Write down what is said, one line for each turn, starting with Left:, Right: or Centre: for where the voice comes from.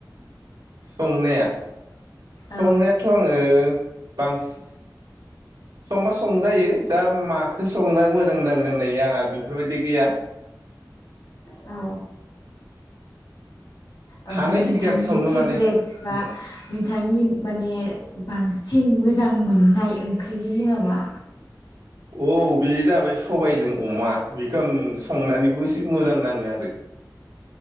Right: संनाया
Left: औ
Right: संनायाथ' आङो बांसि संबा संजायो दा माखो संना मोजां नाङो होननाय आंहा बेफोरबायदि गैया।
Left: औ। ओमफ्राय
Right: हानायखिनिखौ
Left: नोंथांनि
Right: आं सङो
Left: फेब्रेट
Right: माने
Left: बा
Right: नोंथां।
Left: नोंथांनि माने बांसिन मोजां मोननाय ओंख्रिनि मुंआ मा?
Right: औ बे जाबाय सबायजों अमा बेखौ आं संनानैबो एसे मोजां नाङो आरो।